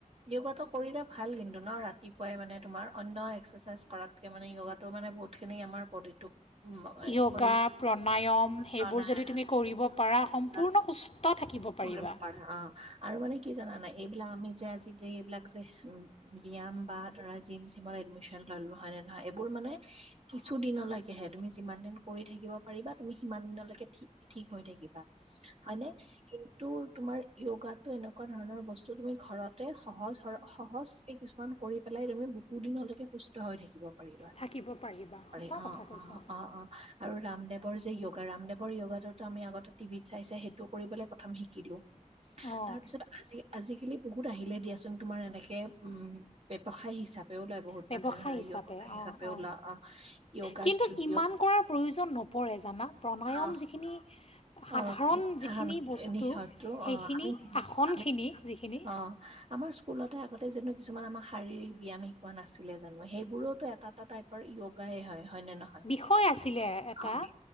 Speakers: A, on the right; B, on the left.
A: য়োগাটো কৰিলে ভাল কিন্তু ন, ৰাতিপুৱাই মানে তোমাৰ অন্য এক্সাৰচাইজ কৰাত মানে য়োগাতো মানে বহুত খিনি আমাৰ ব'ডিটোক উম
B: য়োগা,
A: শৰীৰটো
B: প্ৰণায়ম সেইবোৰ
A: প্ৰাণায়াম
B: যদি তুমি কৰিব পাৰা সম্পূৰ্ণ
A: বা
B: সুস্থ থাকিব পাৰিবা।
A: কৰিব পাৰা অ'। আৰু মানে কি জানা নাই, এইবিলাক আমি যে, আজিকালি এইবিলাক যে ব্যায়াম বা ধৰা জিম-চিমৰ এডমিচন ললো হয় নে নহয়, এইবোৰ মানে কিছু দিনলৈকেহে, তুমি যিমান দিন কৰি থাকিব পাৰিবা, তুমি সিমান দিনলৈকে ঠিক- ঠিক হৈ থাকিবা। হয় নে কিন্তু তোমাৰ য়োগাতো এনেকুৱা ধৰণৰ বস্তু, তুমি ঘৰতে সহজ স সহজ কেইদিন মান কৰি পেলাই তুমি বহু দিনলৈকে সুস্থ হৈ থাকিব পাৰিবা।
B: থাকিব পাৰিবা
A: অ'
B: সঁচা
A: অ'
B: কথা কৈছা
A: অ' অ' অ'। আৰু ৰামদেৱৰ যে য়োগা ৰামদেৱৰ য়োগাটো ত আমি আগতে টিভিত চাই চাই সেইটো কৰি পেলাই প্ৰথম শিকিলো,
B: অঁ
A: তাৰ পিছত আজি আজিকালি বহুত আহিলে দিয়াচোন, তোমাৰ এনেকে উম, ব্যৱসায় হিচা পেও বহুত
B: ব্যৱসায়
A: মানুহে ধৰা আহি
B: হিচাপে অঁ
A: আহ
B: অঁ
A: য়োগা
B: কিন্তু
A: ষ্টুডিঅ'।
B: ইমান কৰাৰ প্ৰয়োজন নপৰে জানা প্ৰণায়াম
A: অঁহ।
B: যিখিনি সাধাৰণ
A: অ'
B: যিখিনি বস্তু
A: নিশাটো
B: সেইখিনি
A: অ' আমি নি
B: আসনখিনি
A: আমি
B: যিখিনি
A: অ' অ' আমাৰ স্কুলতে আগতে যেনো কিছুমান আমাৰ শাৰীৰিক ব্যায়াম শিকোৱা নাছিলে জানো, সেইবোৰোটো এটা এটা আৰু য়োগাই হয়, হয় নে নহয়?
B: বিষয় আছিলে এটা
A: অ' কি